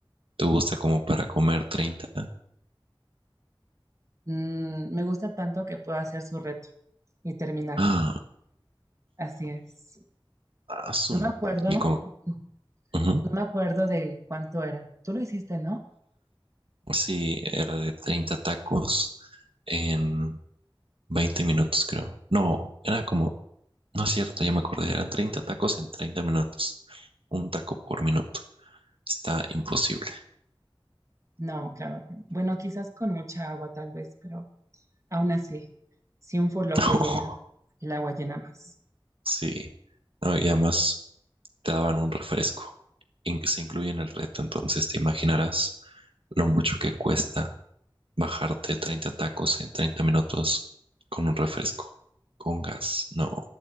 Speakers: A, on the right; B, on the right.
A: ¿Te gusta como para comer treinta?
B: Mm, me gusta tanto que puedo hacer su reto y terminarlo.
A: Ah,
B: Así es.
A: azul.
B: No me acuerdo,
A: Y con...
B: no
A: ujú.
B: me acuerdo de cuánto era. Tú lo hiciste, ¿no?
A: Sí, era de 30 tacos en 20 minutos, creo. No, era como... No es cierto, ya me acordé. Eran 30 tacos en 30 minutos. Un taco por minuto. Está imposible. <laughs>
B: No, claro. que- no. Bueno, quizás con mucha agua tal vez, pero aún así, si un loco
A: Oh,
B: llena, el agua llena más.
A: sí. No, y además te daban un refresco. In- se incluye en el reto, entonces te imaginarás lo mucho que cuesta bajarte 30 tacos en 30 minutos con un refresco, con gas. No,